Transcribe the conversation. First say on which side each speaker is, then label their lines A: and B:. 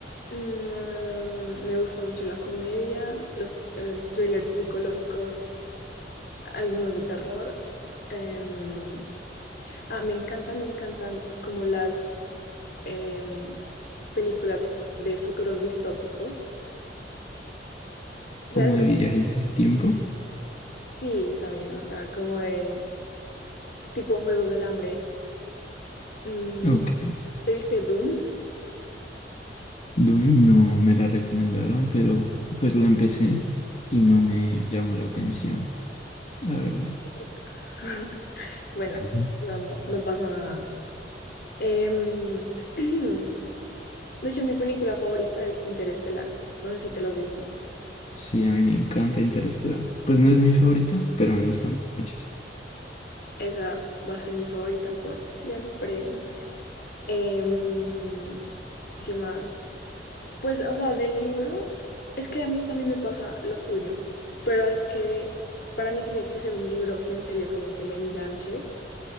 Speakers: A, on the left; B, on the left.
A: Mm, ah, me gusta mucho la comedia, los eh, thrillers psicológicos, algunos de terror. Em, ah, me encantan, me encantan como las em, películas de futuros distópicos. ¿Sabes?
B: ¿Como
A: Como-
B: de viajes del tiempo?
A: sí, también, o sea, como de tipo Juegos del Hambre. Mm,
B: Ok.
A: ¿te viste Dune?
B: Doom no me la recomendaron, pero pues la empecé y no me llamó la atención, la verdad.
A: ¿Qué te pasa? <laughs> Bueno,
B: Ujú.
A: no, no, no pasa nada. Em, <clears throat> De hecho, mi película favorita es Interestelar. No sé si te la has visto.
B: Sí, a mí me encanta Interestelar. Pues no es mi favorita, pero me gusta mu- muchísimo.
A: Esa va a ser mi favorita por siempre. Em, ¿qué más? Pues, o sea, de libros, es que a mí también me pasa lo tuyo, pero es que para mí tiene que ser un libro que en serio como que me enganche